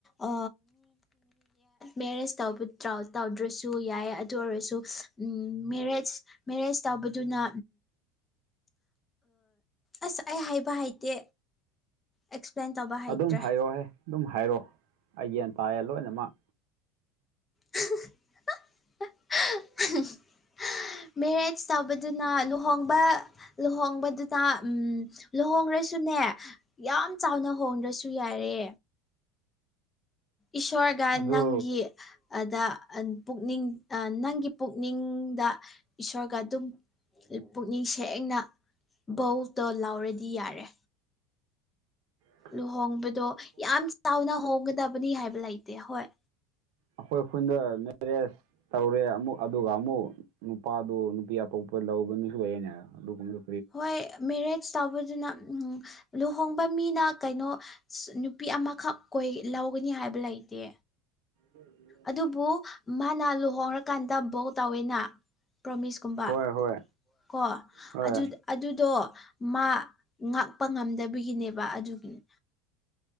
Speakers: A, on the left; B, on the right.
A: ꯑ ꯃꯦꯔꯦꯖ ꯇ ꯇꯧꯗ꯭ꯔꯁꯨ ꯌꯥꯏ ꯑꯗꯨ ꯑꯣꯏꯔꯁꯨ ꯎ ꯃꯦꯔꯦꯖ ꯃꯦꯔꯦꯖ ꯇꯧꯕꯗꯨꯅ ꯑꯁ ꯑꯩ ꯍꯥꯏꯕ ꯍꯩꯇꯦ ꯑꯦꯛꯁꯄ꯭ꯂꯦꯟ ꯇꯧꯕ ꯍꯩꯇ꯭ꯔꯦ
B: ꯑꯗꯨꯝ ꯍꯥꯏꯔꯣꯍꯦ ꯑꯗꯨꯝ ꯍꯥꯏꯔꯣ ꯑꯩ ꯒ꯭ꯌꯥꯟ ꯇꯥꯌꯦ ꯂꯣꯏꯅꯃꯛ
A: ꯍꯥ ꯍꯥ ꯃꯦꯔꯦꯖ ꯇꯧꯕꯗꯨꯅ ꯂꯨꯍꯣꯡꯕ ꯂꯨꯍꯣꯡꯕꯗꯨ ꯗ ꯂꯨꯍꯣꯡꯂꯁꯨꯅꯦ ꯌꯥꯝ ꯆꯥꯎꯅ ꯍꯣꯡꯗ꯭ꯔꯁꯨ ꯌꯥꯏꯔꯦ ꯏꯁꯣꯔꯒ
B: ꯑꯗꯨ
A: ꯅꯪꯒꯤ ꯑꯗ ꯄꯨꯛꯅꯤꯡ ꯅꯪꯒꯤ ꯄꯨꯛꯅꯤꯡꯗ ꯏꯁꯣꯔꯒ ꯑꯗꯨꯝ ꯄꯨꯛꯅꯤꯡ ꯁꯦꯡꯅ ꯕꯧꯗꯣ ꯂꯥꯎꯔꯗꯤ ꯌꯥꯔꯦ
B: ꯎ
A: ꯂꯨꯍꯣꯡꯕꯗꯣ ꯌꯥꯝ ꯆꯥꯎꯅ ꯍꯣꯡꯒꯗꯕꯅꯤ ꯍꯥꯏꯕ ꯂꯩꯇꯦ ꯍꯣꯏ
B: ꯑꯩꯈꯣꯏ ꯈꯨꯟꯗ ꯃꯦꯔꯦꯖ ꯇꯧꯔꯦ ꯑꯃꯨꯛ ꯑꯗꯨꯒ ꯑꯃꯨꯛ ꯅꯨꯄꯥꯗꯨ ꯅꯨꯄꯤ ꯑꯇꯣꯞꯄ ꯂꯧꯕ ꯃꯤꯁꯨ ꯂꯩꯌꯦꯅꯦ ꯑꯗꯨꯒꯨꯝꯕ
A: ꯍꯣꯏ ꯃꯦꯔꯦꯖ ꯇꯧꯕꯗꯨꯅ ꯂꯨꯍꯣꯡꯕ ꯃꯤꯅ ꯀꯩꯅꯣ ꯅꯨꯄꯤ ꯑꯃꯈꯛ ꯀ ꯂꯧꯒꯅꯤ ꯍꯥꯏꯕ ꯂꯩꯇꯦ
B: ꯎꯝ ꯎꯝ
A: ꯑꯗꯨꯕꯨ ꯃꯥꯅ ꯂꯨꯍꯣꯡꯔꯀꯥꯟꯗ ꯕꯣ ꯇꯧꯋꯦꯅ ꯄ꯭ꯔꯣꯃꯤꯁꯀꯨꯝꯕ
B: ꯍꯣꯏ ꯍꯣꯏ
A: ꯀꯣ
B: ꯍꯣꯏ
A: ꯑꯗꯨꯗ ꯑꯗꯨꯗꯣ ꯃꯥ ꯉꯥꯛꯄ ꯉꯝꯗꯕꯒꯤꯅꯦꯕ ꯑꯗꯨꯒꯤꯅꯤ